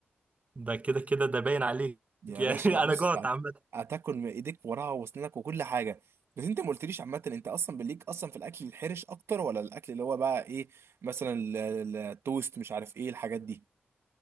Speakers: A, on the right; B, on the right.
A: ده كده كده ده باين عليك
B: يا
A: يعني
B: باشا
A: <laughs>
B: بص
A: انا جوعت
B: هت-
A: عامة
B: هتاكل من ايديك وراها وسنانك وكل حاجه بس انت ما قلتليش عامه انت اصلا بليك اصلا في الاكل الحرش اكتر ولا الاكل اللي هو بقى ايه مثلا ال- ال- التوست مش عارف ايه الحاجات دي